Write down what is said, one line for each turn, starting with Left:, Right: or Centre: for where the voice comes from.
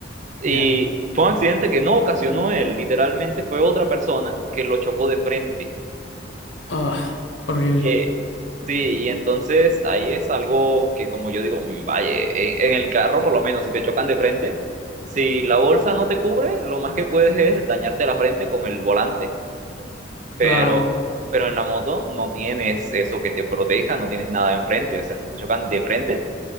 Right: Y
Left: ya.
Right: fue un accidente que no ocasionó él, literalmente fue otra persona que lo chocó de frente.
Left: Ah, horrible.
Right: Eh, sí, y entonces ahí es algo que, como yo digo, mm, vaya, en en el carro, por lo menos, si te chocan de frente. Si la bolsa no te cubre, lo más que puedes es dañarte la frente con el volante. Pero,
Left: Claro.
Right: pero en la moto no tienes eso que te proteja, no tienes nada enfrente. O sea, si te chocan de frente